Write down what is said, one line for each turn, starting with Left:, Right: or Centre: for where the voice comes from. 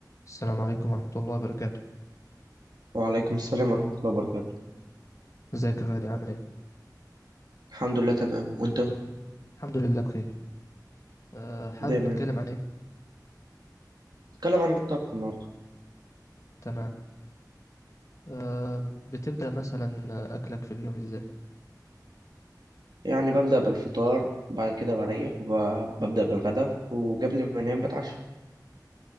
Left: السلام عليكم ورحمة الله وبركاته
Right: وعليكم السلام ورحمة الله وبركاته
Left: ازيك يا غالي عامل ايه؟
Right: الحمد لله تمام وانت
Left: الحمد لله بخير أه حابب
Right: دايما
Left: نتكلم عن ايه؟
Right: نتكلم عن الطبخ النهاردة
Left: تمام أه بتبدأ مثلا أكلك في اليوم ازاي؟
Right: يعني ببدأ بالفطار بعد كده بريح وببدأ بالغدا وقبل ما انام بتعشى